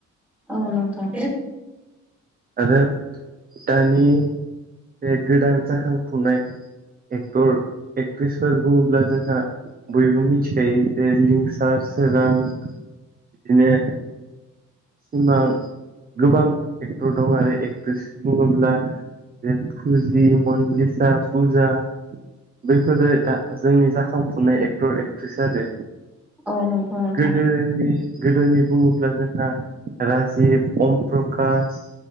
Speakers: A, in the centre; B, on the right.
A: औ नोंथां
B: आरो दानि बे गोदान जाखांफुनाय एक्टर एक्ट्रिसफोर बुङोब्ला जोंहा बयबो मिथिखायो जे लिंसार सोरां बिदिनो सिमां गोबां एक्टर दं आरो एक्ट्रिस बुङोब्ला जे फुजि मनालिसाा पुजा बैफोरो दा जोंनि जाखांफुनाय एक्टर एक्ट्रिस आरो
A: औ नंगौ नोंथां
B: गोदोनि गोदोनि बुङोब्ला जोंहा राजिब अम प्रकास